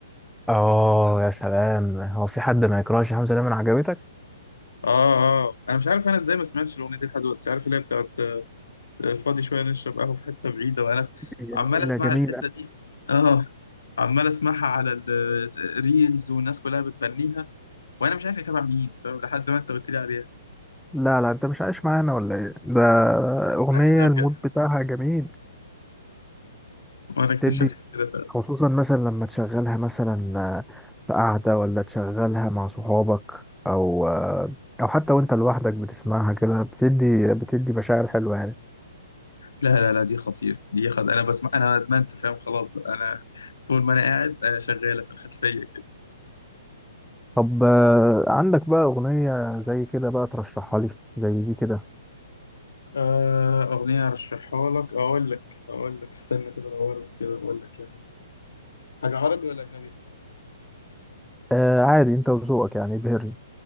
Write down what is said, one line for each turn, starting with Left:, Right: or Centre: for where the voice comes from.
Centre: اه يا سلام هو في حد ما يكرهش حمزة نمرة عجبتك
Left: اه اه انا مش عارف انا ازاي ما سمعتش الاغنيه دي لحد دلوقتي عارف اللي هي بتاعت آه، فاضي شويه نشرب قهوه في حته بعيده وانا
Centre: جميلة
Left: عمال اسمع
Centre: جميلة
Left: الحته دي اه عمال اسمعها على الريلز والناس كلها بتغنيها وانا مش عارف يتابع مين فاهم لحد ما انت قلت لي عليها
Centre: لا لا انت مش عايش معانا ولا ايه ده اغنية
Left: اهدى
Centre: المود
Left: بجد
Centre: بتاعها جميل
Left: وانا اكتشفت
Centre: تدي
Left: كده فعلا
Centre: خصوصا مثلا لما تشغلها مثلا في قعدة ولا تشغلها مع صحابك او او حتى وانت لوحدك بتسمعها كده بتدي بتدي مشاعر حلوة يعني
Left: لا لا لا دي خطير دي خد انا بسمع انا ادمنت فاهم خلاص بقى انا طول ما انا قاعد آه، شغاله في الخلفيه كده
Centre: طب آه، عندك بقى أغنية زي كده بقى ترشحها لي زي دي كده
Left: آه، اغنيه ارشحها لك اقول لك اقول لك استنى كده ادور لك كده اقول لك يعني حاجه عربي ولا اجنبي
Centre: آه عادي أنت وذوقك يعني ابهرني